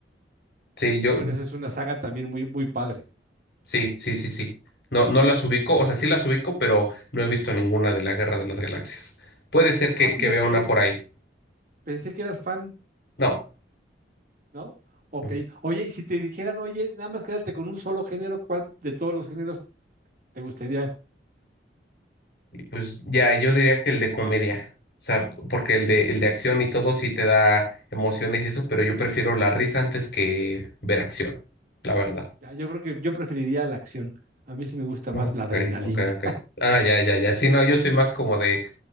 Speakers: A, on the left; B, on the right.
A: Sí, yo,
B: Y bueno, esa es una saga también muy, muy padre.
A: sí, sí, sí, sí. No, no las ubico, o sea, sí las ubico, pero no he visto ninguna de la Guerra de las Galaxias. Puede ser que,
B: Ah, fíjate,
A: que vea una
B: pe-
A: por ahí.
B: pensé que eras fan,
A: No.
B: ¿no? Ok.
A: no.
B: Oye, y si te dijeran, oye, nada más quédate con un solo género, ¿cuál de todos los géneros te gustaría?
A: Y pues ya, yo diría que el de comedia. O sea, p- porque el de, el de acción y todo sí te da emociones y eso, pero yo prefiero la risa antes que ver acción, la verdad.
B: Ah, Yo creo que yo preferiría la acción. A mí sí me gusta
A: Oh,
B: más la
A: Ok,
B: adrenalina.
A: ok, ok. Ah, ya, ya, ya. Sí, no, yo soy más como de,